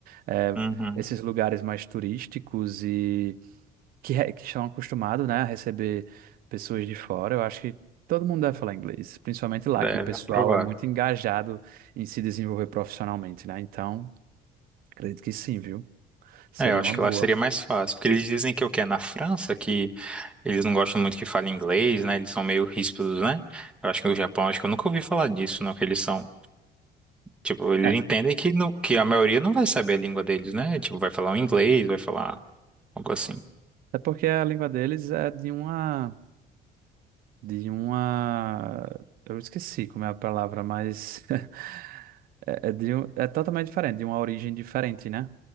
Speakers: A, on the right; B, in the centre.
A: é,
B: Uhum,
A: esses lugares mais turísticos e que, re- que estão acostumados, né, a receber pessoas de fora, eu acho que todo mundo deve falar inglês, principalmente lá,
B: deve,
A: que o pessoal
B: é provável.
A: é muito engajado em se desenvolver profissionalmente, né? Então, acredito que sim, viu? Seria
B: É, eu acho
A: uma
B: que
A: boa.
B: lá seria mais fácil, porque eles dizem que o que é na França, que eles não gostam muito que fale inglês, né? Eles são meio ríspidos, né? Eu acho que o Japão, acho que eu nunca ouvi falar disso, não, que eles são, tipo, eles
A: É,
B: entendem que, não, que a maioria não vai saber a língua deles, né? Tipo, vai falar um inglês, vai falar algo assim.
A: até porque a língua deles é de uma de uma. Eu esqueci como é a palavra, mas <laughs> é, é de um- é totalmente diferente, de uma origem diferente, né?